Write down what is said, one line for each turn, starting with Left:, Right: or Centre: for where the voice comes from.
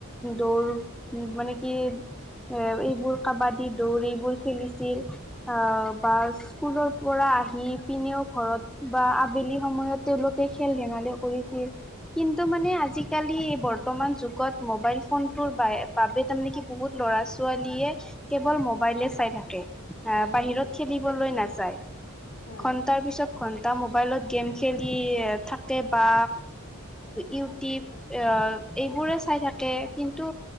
Centre: দৌৰ মানে কি এ এইবোৰ কাবাডী দৌৰ এইবোৰ খেলিছিল অ বা স্কুলৰ পৰা আহি পিনেও ঘৰত বা আবেলি সময়ত তেওঁলোকে খেল ধেমালি কৰিছিল কিন্তু মানে আজিকালি বৰ বৰ্তমান যুগত মোবাইল ফোন ৰ বাবে তাৰমানে কি বহুত ল'ৰা ছোৱালীয়ে কেৱল মবাইলে থাকে আ
Left: হয়
Centre: বাহিৰত
Left: হয়
Centre: খেলিবলৈ নাযায়
Left: হয়
Centre: ঘন্টাৰ পিছত ঘন্টা মোবাইলত গেম খেলি থাকে বা ইউটিউব এইবোৰে চাই থাকে। কিন্তু